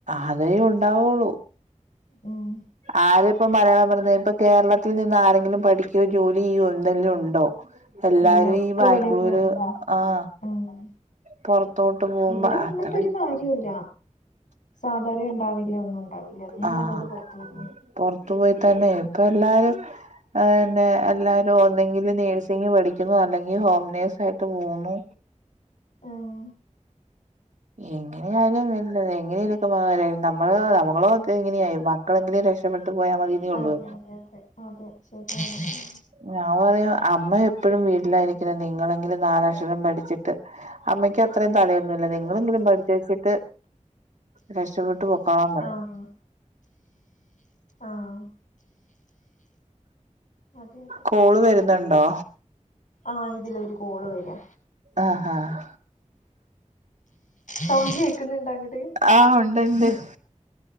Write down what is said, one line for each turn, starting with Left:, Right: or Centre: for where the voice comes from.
Right: അതേ ഉണ്ടാവുള്ളു
Left: ഉം
Right: ആരപ്പ മലയാളം പറഞ്ഞ ഇപ്പൊ കേരളത്തിൽ നിന്ന് ആരെങ്കിലും പഠിക്യോ ജോലി ചെയ്യോ എന്തെങ്കിലും ഉണ്ടോ എല്ലാരും
Left: ഇല്ല ഒക്കെ
Right: ഈ ബാംഗ്ലൂര്
Left: വെളിയിൽ പോ ഉം
Right: ആഹ്
Left: ഉം
Right: പൊർത്തോട്ട് പോകുമ്പോ
Left: ഇവിടെ നിന്നിട്ടൊരു
Right: അത്ര
Left: കാര്യല്ല സാലറി ണ്ടാവില്ല ഒന്നും ഉണ്ടാവില്ല അതിനും
Right: ആഹ്
Left: നല്ലത് പുറത്തു പോവാ
Right: പൊർത്തു പോയി തന്നെ ഇപ്പ എല്ലാരും പിന്നെ എല്ലാരും ഒന്നെങ്കിൽ നേഴ്സിംഗ് പഠിക്കുന്നു അല്ലെങ്കിൽ ഹോം നേഴ്സ് ആയിട്ട് പോകുന്നു
Left: ഉം
Right: എങ്ങനെയാലും <unintelligible> എങ്ങനെക്ക <unintelligible> നമ്മള് നമ്മളൊ ഇങ്ങനെയായി മക്കളെങ്കിലും രക്ഷപ്പെട്ട് പോയാ മതിനേ ഉള്ളൂ
Left: അതെ അതെ അതെ അതെ ശരി തന്നെ
Right: ഞാൻ പറയാ അമ്മ എപ്പോഴും വീട്ടിലായിരിക്കില്ല നിങ്ങളെങ്കിലും നാലക്ഷരം പഠിച്ചിട്ട് അമ്മയ്ക്ക് അത്രയും തലയൊന്നുല്ല നിങ്ങളെങ്കിലും പഠിച്ച വെച്ചിട്ട് രക്ഷപ്പെട്ട് പൊക്കാളാൻ പറയും
Left: ആഹ് ആഹ് ആഹ് അതെ അതെ
Right: കോള് വരുന്നുണ്ടോ
Left: ആഹ് ഇതിലൊരു കോള് വരാ
Right: ആഹ് ആഹ്
Left: സൗണ്ട് കേക്കുന്നുണ്ട അങ്ങട്
Right: ആഹ് ഉണ്ട് ഉണ്ട്